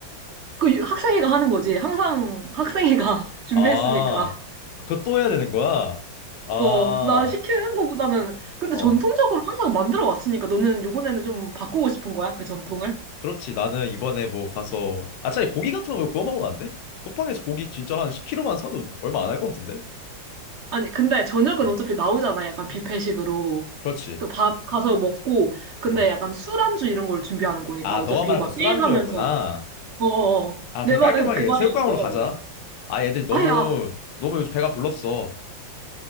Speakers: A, on the right; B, on the left.
A: 그 유- 학생회가 하는 거지. 항상 학생회가 <laughs> 준비했으니까.
B: 아 아, 그거 또 해야 되는 거야? 아
A: 어, 나 시키는 거보다는 근데
B: 어.
A: 전통적으로 항상 만들어 왔으니까 너는 요번에는 좀 바꾸고 싶은 거야? 그 전통을?
B: 그렇지. 나는 이번에 뭐 가서 아 차라리 고기 같은 거 구워 먹으면 안 돼? 쿠팡에서 고기 진짜 한 10kg만 사도 얼마 안 할 것 같은데?
A: 아니, 근데 저녁은
B: 음.
A: 어차피 나오잖아. 약간 뷔페식으로.
B: 그렇지.
A: 그 밥 가서 먹고, 근데
B: 음.
A: 약간 술안주 이런 걸 준비하는 거니까
B: 아,
A: 어차피
B: 너가 말한
A: 막
B: 거 술안주였구나.
A: 게임하면서. 어어 어.
B: 아,
A: 내
B: 그냥
A: 말은
B: 깔끔하게
A: 그 말이었어.
B: 새우깡으로 가자. 아, 애들 너무
A: 아, 야,
B: 너무 요즘 배가 불렀어.